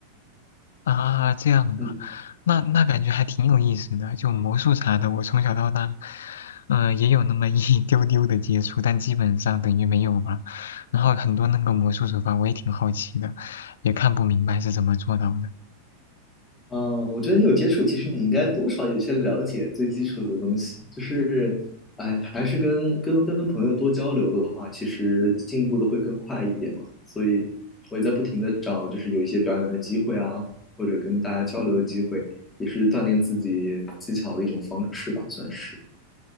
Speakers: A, on the left; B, on the left.
A: 啊，这样啊，
B: 嗯。
A: 那那感觉还挺有意思的。就魔术啥的，我从小到大，嗯、也有那么一 <laughs> 丢丢的接触，但基本上等于没有吧。然后很多那个魔术手法，我也挺好奇的，也看不明白是怎么做到的。
B: 呃，我觉得你有接触，其实你应该多少有些了解最基础的东西。就是，哎，还是跟跟跟朋友多交流的话，其实进步的会更快一点嘛。所以我也在不停的找，就是有一些表演的机会啊，或者跟大家交流的机会，也是锻炼自己技巧的一种方式吧，算是。